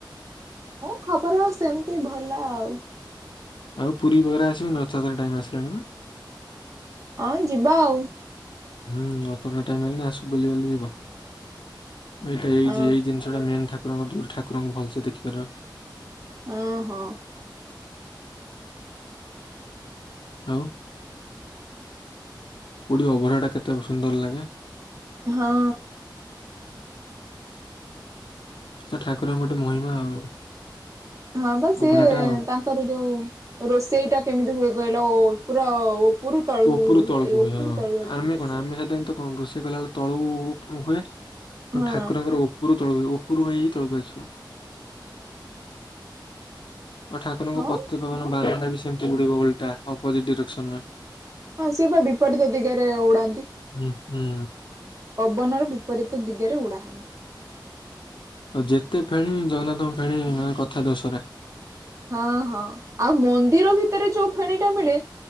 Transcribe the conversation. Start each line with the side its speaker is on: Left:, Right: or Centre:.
Right: ହଁ ଖବର ଆଉ ସେମିତି ଭଲ ଆଉ।
Left: ଆଉ ପୁରୀ ବଗେରା ଆସିବନି ରଥ ଯାତ୍ରା ଟାଇମ ଆସିଲାଣି ବା।
Right: ହଁ ଯିବା ଆଉ।
Left: ହୁଁ ରଥ ଯାତ୍ରା ଟାଇମ୍ ଆଇଲିଣି ଆସ ବୁଲି ବାଲି ଯିବ ଏଇଟା ଏଇ
Right: ହଁ
Left: ଏଇ ଜିନିଷଟା ମେନ ଠାକୁ ଠାକୁରଙ୍କ ଦୁରି ଠାକୁରଙ୍କୁ ଭଲସେ ଦେଖିପାରିବ।
Right: ଅଁ ହଁ।
Left: ଆଉ। ପୁରୀ ଯୋଉ ଅଭଡା ଟା କେତେ ସୁନ୍ଦର ଲାଗେ।
Right: ହଁ।
Left: ସେଟା ଠାକୁରଙ୍କ ଗୋଟେ ମହିମା ଆଉ।
Right: ହଁ ବା ସିଏ
Left: ଅଭଢାଟା ଆଉ।
Right: ତାଙ୍କର ଯୋଉ ରୋଷେଇଟା କେମିତି ହୁଏ କହିଲ ଓ ପୁରା ଓ ଉପରୁ ତଳୁ
Left: ଉପରୁ
Right: ହୁଏ
Left: ତଳକୁ
Right: ଉପରୁ
Left: ହଁ
Right: ତଳୁ ଆଗେ
Left: ଆମେ କଣ
Right: ଆସେ।
Left: ଆମେ ସାଧାରଣତଃ କଣ ରୋଷେଇ କଲାବେଳେ ତଳୁ ଉପ୍ ହୁଏ କିନ୍ତୁ
Right: ହଁ
Left: ଠାକୁରଙ୍କର ଉପୁ ଉପରୁ ତଳୁ କୁ ଉପରୁ ହେଇ ହେଇ ତଳକୁ ଆସିବ।
Right: ହଁ।
Left: ଆଉ ଠାକୁରଙ୍କୁ
Right: ହଁ
Left: ପତିତପା ବନ ବାନାଟା ବି ସେମିତି ଉଡିବ ଓଲଟା ଅପୋଜିଟ ଡିରେକ୍ସନରେ।
Right: ହଁ ସିଏ ପା ବିପରୀତ ଦିଗରେ ଉଡାନ୍ତି।
Left: ହୁଁ ହୁଁ
Right: ପବନର ବିପରୀତ ଦିଗରେ ଉଡା ହବ।
Left: ଆଉ ଯେତେ ଫେଣୀ ଜଗନ୍ନାଥଙ୍କ ଫେଣୀ ମାନେ କଥା ଦୋସରା।
Right: ହଁ ହଁ ଆଉ ମନ୍ଦିର ଭିତରେ ଯୋଉ ଫେଣୀ ଟା ମିଳେ